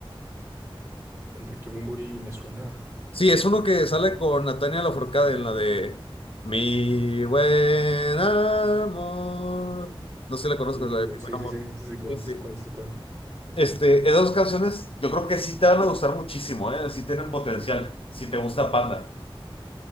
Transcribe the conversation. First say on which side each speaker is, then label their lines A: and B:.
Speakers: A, on the right; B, on the left.
A: Enrique Bunbury me suena.
B: Sí, es uno que sale con Natalia Lafourcade en la de Mi buen amor. No sé si la conozco,
A: Uh,
B: es la de Mi
A: sí,
B: buen amor.
A: sí, sí, sí, sí, cuál,
B: Sí. sí.
A: sí, cuál, sí, cuál.
B: Este, esas dos canciones, yo creo que sí te van a gustar muchísimo, ¿eh? Sí tienen potencial, si te gusta Panda.